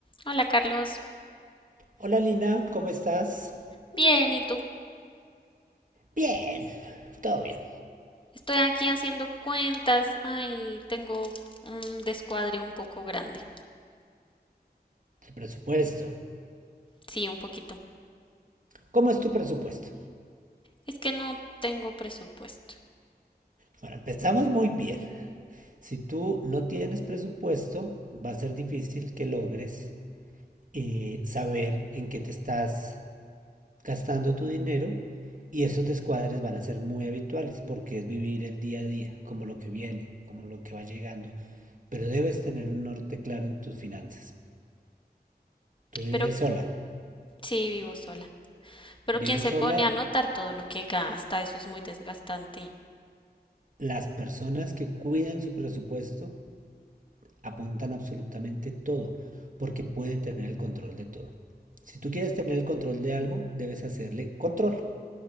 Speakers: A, on the left; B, on the right.
A: Hola Carlos,
B: Hola Lina, ¿cómo estás?
A: bien, ¿y tú?
B: Bien, todo bien.
A: Estoy aquí haciendo cuentas. Ay, tengo un descuadre un poco grande.
B: El presupuesto.
A: Sí, un poquito.
B: ¿Cómo es tu presupuesto?
A: Es que no tengo presupuesto,
B: Bueno, empezamos muy bien. Si tú no tienes presupuesto, va a ser difícil que logres eh, saber en qué te estás gastando tu dinero y esos descuadres van a ser muy habituales porque es vivir el día a día, como lo que viene, como lo que va llegando. Pero debes tener un norte claro en tus finanzas. Tú vives
A: pero
B: sola.
A: sí vivo sola. Pero
B: Vives
A: quien se
B: sola
A: pone a anotar todo lo que gasta, eso es muy desgastante.
B: Las personas que cuidan su presupuesto apuntan absolutamente todo, porque pueden tener el control de todo. Si tú quieres tener el control de algo, debes hacerle control.